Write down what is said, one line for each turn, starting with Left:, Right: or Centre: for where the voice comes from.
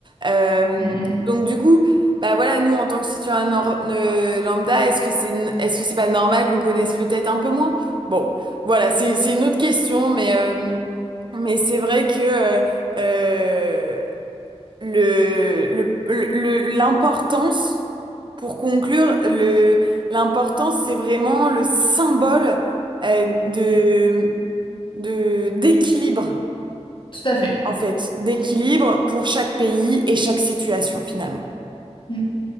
Right: Euh,
Left: mm,
Right: donc du coup... Bah voilà, nous, en tant que citoyen nor- euh, lambda, est-ce que c'est, est-ce que c'est pas normal qu'on connaisse peut-être un peu moins? Bon, voilà, c'est, c'est une autre question, mais, euh, mais c'est vrai que euh, euh, le, le, le- le- l'importance, pour conclure, le, l'importance, c'est vraiment le symbole euh, de,
Left: mm, mm.
Right: de, d'équilibre,
Left: Tout à fait.
Right: en fait, d'équilibre pour chaque pays et chaque situation, finalement.
Left: Mm.